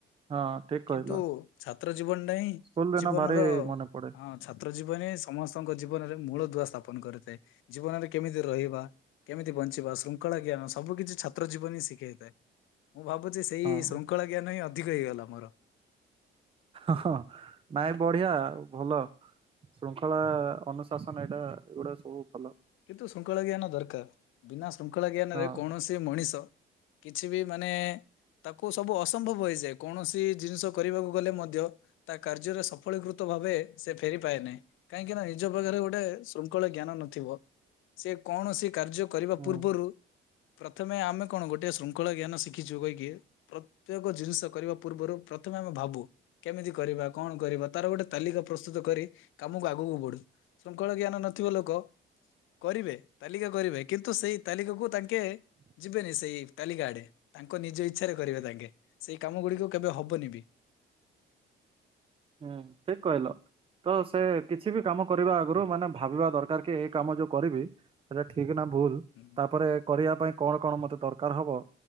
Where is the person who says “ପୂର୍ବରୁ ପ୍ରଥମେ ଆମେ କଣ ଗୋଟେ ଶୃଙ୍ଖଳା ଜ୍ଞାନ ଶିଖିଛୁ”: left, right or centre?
Left